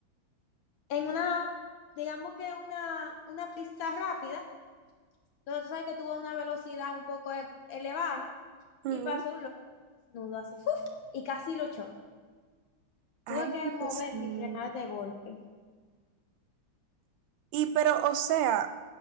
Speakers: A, on the left; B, on the right.
A: en una, digamos que una, una pista rápida, donde tú sabes que tuvo una velocidad un poco e- elevada, y
B: Ujú.
A: pasó un loco desnudo así, ¡fuf! y casi lo choco. Tuve
B: Ay,
A: que
B: Dios
A: mover
B: mío.
A: y frenar de golpe.
B: Y pero, o sea,